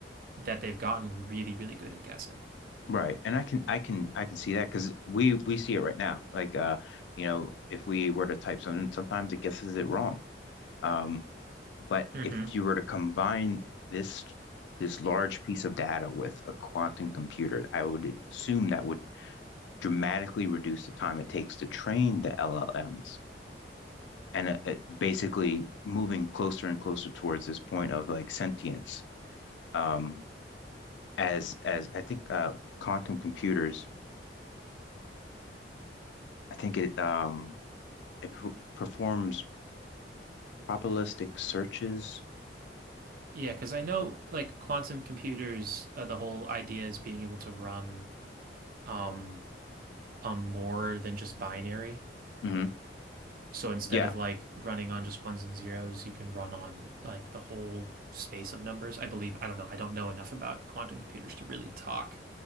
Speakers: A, on the right; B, on the left.
A: that they've gotten really, really good at guessing.
B: right. And I can I can I can see that because we we see it right now. Like uh, you know, if we were to type something, sometimes it guesses it wrong. Um, But
A: hmm
B: if you were to combine this this large piece of data with a quantum computer, I would assume that would dramatically reduce the time it takes to train the LLMs and it, it basically moving closer and closer towards this point of like sentience. Um, as as I think uh, with quantum computers, I think it um it performs probabilistic searches.
A: Yeah, because I know like quantum computers, uh, the whole idea is being able to run um on more than just binary.
B: hmm
A: So instead
B: Yeah,
A: of like running on just ones and zeros, you can run on like the whole space of numbers. I believe, I don't know, I don't know enough about quantum computers to really talk